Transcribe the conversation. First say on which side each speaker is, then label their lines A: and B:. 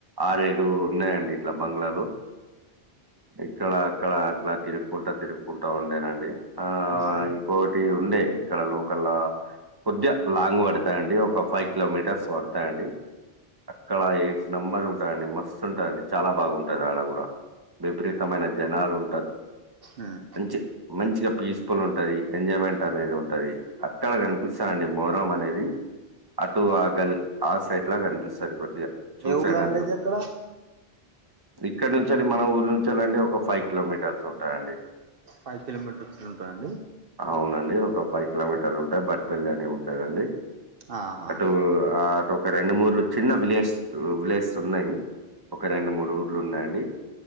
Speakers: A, on the right (about 20°); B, on the right (about 60°).
A: ఆరేడు ఉన్నాయండి ఇట్ల బంగ్లాలు ఇక్కడ అక్కడ అట్లా తిరుక్కుంటా తిరుక్కుంటా ఉండేనండి. ఆ!
B: ఉమ్
A: ఇంకోటి ఉండే ఇక్కడ లోకల్లా కొద్దిగా లాంగ్ పడతాయండి, ఒక ఫైవ్ కిలోమీటర్స్ పడతయండి. అక్కడ ఏస్ నెంబర్ ఉంటదండి, మస్తు ఉంటడి, చాలా బాగు ఉంటది ఆడ గుడా. విపరీతమైన జనాలుం
B: ఉమ్
A: మంచి మంచిగా పీస్ ఫుల్ ఉంటది. ఎంజాయ్మెంట్ అనేది ఉంటది, అక్కడ కనిపిస్తదండి మొహరం అనేది. అటు ఆగల్ ఆ సైట్ లా కనిపిస్తది కొద్దిగా, చూసేడందుకు.
B: ఊర్లో అండి ఇది ఎక్కడ
A: ఇక్కడ నుంచెళ్ళి మన ఊర్ నుంచెల్లి ఒక ఫైవ్ కిలోమీటర్స్ ఉంటదండి
B: ఫైవ్ కిలోమీటర్స్లు ఉంటాదండి.
A: అవునండి ఒక ఫైవ్ కిలోమీటర్లు ఉంటాయి బట్పల్లి అని ఉంటాదండి.
B: ఆహా
A: అటు అ అటు ఒక రెండు మూర్లు చిన్న విలేజ్ విలేజ్. ఉన్నాయి ఒక రెండు, మూడు ఊర్లు ఉన్నాయండి